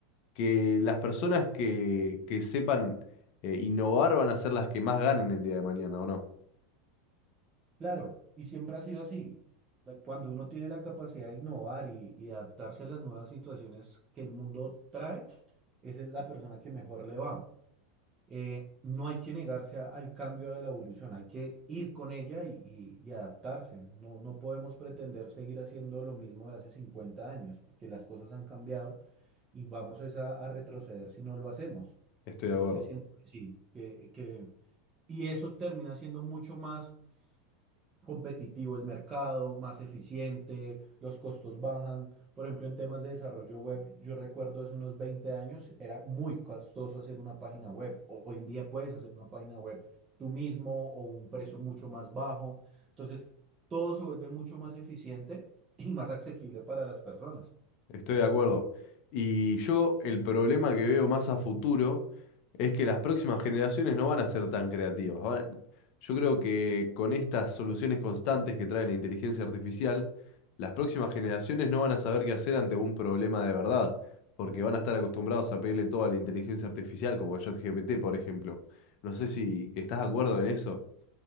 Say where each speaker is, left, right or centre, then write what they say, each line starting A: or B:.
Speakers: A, on the left; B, on the right.
A: que las personas que, que sepan eh, innovar van a ser las que más ganen el día de mañana, ¿o no?
B: claro, y siempre ha sido así. Da- Cuando uno tiene la capacidad de innovar y, y adaptarse a las nuevas situaciones que el mundo trae, esa es la persona que mejor le va. eh, no hay que negarse a- al cambio de la evolución, hay que ir con ella y, y- y adaptarse. No, no podemos pretender seguir haciendo lo mismo de hace 50 años, porque las cosas han cambiado y vamos es a, a retroceder si no lo hacemos.
A: Estoy de
B: Entonces
A: acuerdo.
B: siento que sí, que, que- y eso termina siendo mucho más competitivo el mercado, más eficiente, los costos bajan. Por ejemplo, en temas de desarrollo web, yo recuerdo hace unos 20 años era muy costoso hacer una página web. Ho- Hoy en día puedes hacer una página web tú mismo o un precio mucho más bajo. Entonces, todo se vuelve mucho más eficiente y más accesible para las personas.
A: Estoy de acuerdo. Y yo el problema que veo más a futuro es que las próximas generaciones no van a ser tan creativas. van- Yo creo que con estas soluciones constantes que trae la inteligencia artificial, las próximas generaciones no van a saber qué hacer ante un problema de verdad, porque van a estar acostumbrados a pedirle todo a la inteligencia artificial, como el ChatGPT, por ejemplo. No sé si estás de acuerdo en eso.